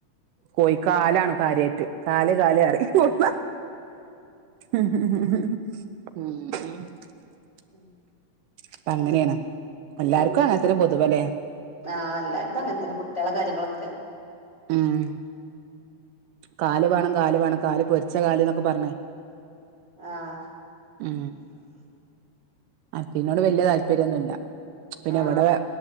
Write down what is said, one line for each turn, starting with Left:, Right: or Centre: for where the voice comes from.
Right: കോയി കാലാണ് കാര്യായിട്ട്. കല് കാല്റിം കൊട്ന്ന <unintelligible>
Left: <unintelligible>
Right: അപ്പ അങ്ങനെയാണ്. എല്ലാർക്കും
Left: ഉം
Right: അങ്ങത്തനെ പൊതുവ അല്ലേ?
Left: ആഹ് അല്ലാർക്കും അങ്ങനെ തന്നെ. കുട്ടിയളെ കാര്യങ്ങളൊക്കെ.
Right: ഉഹും കാല് വേണം കാല് വേണം കാല് പൊരിച്ച കാല് എന്നൊക്കെ പറഞ്ഞേ
Left: ആഹ്
Right: ഉം അത്തീനോട് വല്യ താല്പര്യംന്നുല്ല. പിന്നെ
Left: ആഹ്
Right: ഇവിടെ